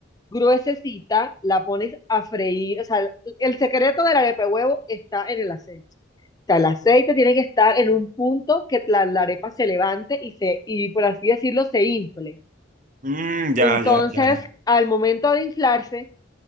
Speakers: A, on the left; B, on the right.
A: gruesecita, la pones a freír. O sea, el el secreto de la arepa de huevo está en el aceite. O sea, el aceite tiene que estar en un punto que la, la arepa se levante y se, y por así decirlo, se infle.
B: Mm, ya,
A: Entonces,
B: ya, ya, ya.
A: al momento de inflarse,